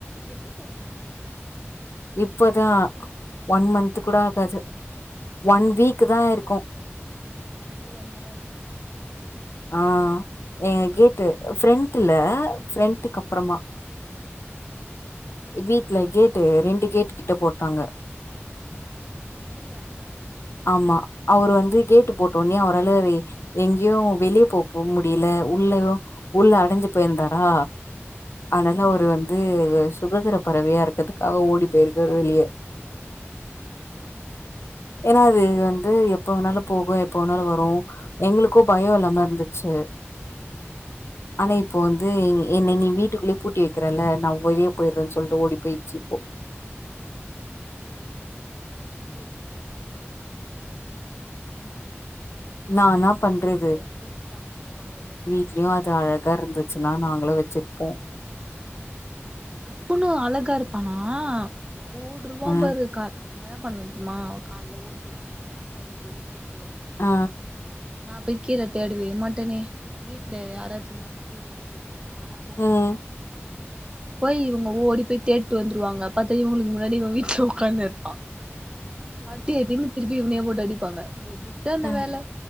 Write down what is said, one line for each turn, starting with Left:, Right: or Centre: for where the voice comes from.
Right: எப்ப போட்ட
Left: இப்பதா ஒன் மன்த் கூட ஆகாது ஒன் வீக்கு தா ஆயிருக்கு
Right: நா வந்து ரொம்ப நாள் ஆகுதுல அதா
Left: ஆ எங்க கேட்டு ஃப்ரண்ட்ல ஃப்ரண்ட்க்கு அப்றமா வீட்ல கேட்டு ரெண்டு கேட்டு கிட்ட போட்டாங்க
Right: அப்டியா
Left: ஆமா அவரு வந்து கேட்டு போட்ட ஒடனே அவரால எங்கேயோ வெளியே போ போ முடில உள்ள உள்ள அடஞ்சு போயிருந்தாரா அதனால
Right: ம்
Left: அவரு
Right: ம்
Left: வந்து
Right: ம்
Left: சுகந்திர பறவையா இருக்கதுக்காக ஓடி போயிருக்காரு வெளிய
Right: சேரி சேரி
Left: ஏன்னா அது வந்து எப்ப வேணாலு போகு எப்ப வேணாலு வரு எங்களுக்கு பயோ இல்லாம இருந்துச்சு
Right: ம்
Left: ஆனா இப்போ வந்து என்ன நீ வீட்டுக்குள்ளயே பூட்டி வெக்கிறல நா <unintelligible> போயிற்றேன்னு சொல்ட்டு ஓடி போயிட்ச்சு இப்போ
Right: சேர் சேரி ம் உங்க பிரதர்
Left: நான் என்ன
Right: என்னா
Left: பண்றது
Right: பண்றாரு சிரிப்பு காமிச்சுட்டு போனவரு
Left: அப்டியு அது அழகா இருந்துச்சுன்னா நாங்களு வெச்சுருப்போ
Right: ம் அவ்ளோ அழகா இருப்பானா போட்ருவான்
Left: ஆ
Right: பாரு கால் என்ன பண்ணுவா தெரியுமா கால்ல ஓட்டுருவான் எனக்கு டிமிக்கி குத்துட்டு ஓ
Left: ஆ
Right: நா போய் கீழ தேடவே மாட்டனே வீட்ல யாராச்சி இருந்தாங்கன்னா தேடுவாங்க போயிட்டு நால்லா போ
Left: ம்
Right: மாட்ட போயி இவங்க ஓடி போயி தேடிட்டு வந்துருவாங்க பாத்தா இவங்களுக்கு முன்னாடி இவ வீட்ல உக்காந்திருப்பா அடி அடின்னு திருப்பி இவனயே போட்டு அடிப்பாங்க எதுக்கு அந்த
Left: ஆ
Right: வேல